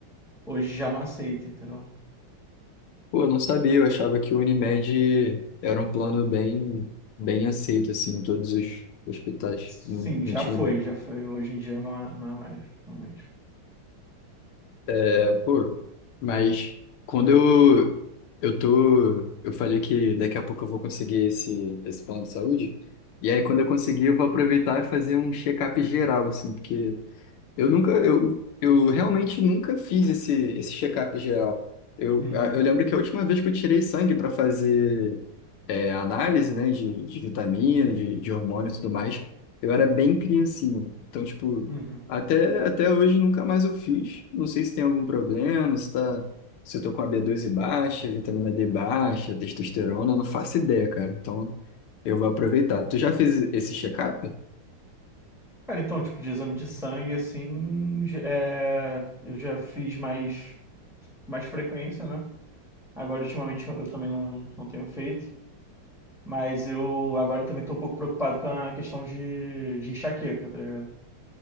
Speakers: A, in the centre; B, on the left.
A: Hoje já não aceita, entendeu?
B: pô, eu não sabia, eu achava que o Unimed era um plano bem, bem aceito, assim, em todos os hospitais.
A: Sim,
B: Não, não
A: já
B: tinha
A: foi,
B: ideia.
A: já foi. Hoje em dia não é, não é mais, realmente.
B: É, pô, mas quando eu, eu tô, eu falei que daqui a pouco eu vou conseguir esse, esse plano de saúde, e aí quando eu conseguir, eu vou aproveitar e fazer um check-up geral, assim, porque. Eu nunca, eu, eu realmente nunca fiz esse, esse check-up geral. Eu,
A: Uhum,
B: a- eu lembro que a última vez que eu tirei sangue para fazer é, análise, né, de, de vitamina, de, de hormônio e tudo mais, eu era bem criancinho. Então, tipo,
A: uhum.
B: até, até hoje nunca mais eu fiz. Não sei se tem algum problema, se tá, se eu tô com a b doze baixa, vitamina D baixa, testosterona, eu não faço ideia, cara. Então, eu vou aproveitar. Tu já fez esse check-up?
A: Cara, então, tipo, de exame de sangue, assim, j- é, eu já fiz mais, mais frequência, né? Agora, ultimamente, eu eu também não, não tenho feito. Mas eu agora também tô um pouco preocupado com a questão de, de enxaqueca, tá ligado?